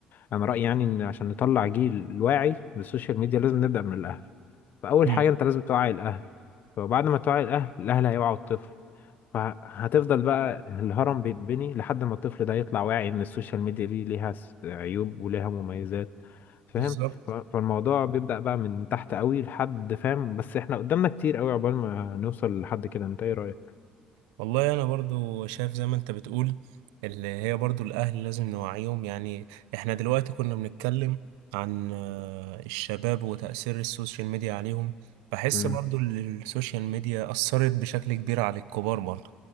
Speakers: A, on the left; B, on the right.
A: انا رايي يعني ان عشان نطلع جيل واعي بالسوشيال ميديا لازم نبدا من الاهل فاول
B: امم
A: حاجه انت لازم توعي الاهل فبعد ما توعي الاهل الاهل هيوعوا الطفل فهتفضل بقى الهرم بيتبني لحد ما الطفل ده يطلع واعي ان السوشيال ميديا دي ليها س- عيوب وليها مميزات فاهم
B: بالظبط
A: ف- فالموضوع بيبدأ بقى من تحت قوي لحد فاهم بس احنا قدامنا كتير قوي عقبال ما نوصل لحد كده انت ايه رأيك
B: والله انا برضو شايف زي ما انت بتقول اللي هي برضو الاهل لازم نوعيهم يعني احنا دلوقتي كنا بنتكلم عن آه، الشباب وتأثير السوشيال ميديا عليهم بحس
A: مم.
B: برضو ال- السوشيال ميديا أثرت بشكل كبير على الكبار برضو